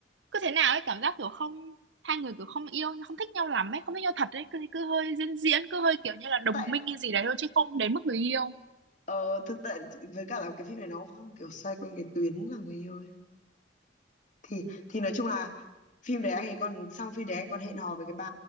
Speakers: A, on the right (about 75°); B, on the left (about 40°).
A: cứ thế nào ấy cảm giác kiểu không hai người kiểu không yêu không thích nhau lắm ấy không thích nhau thật ấy cứ cứ hơi diễn diễn cứ hơi kiểu như là đồng
B: Tại
A: minh hay gì đấy thôi chứ không đến mức người yêu
B: Ờ, thực tại với cả là cái phim này nó không kiểu xoay quanh cái tuyến là người yêu ấy. Thì thì nói chung là phim đấy anh ấy còn xong phim đấy anh còn hẹn hò với cái bà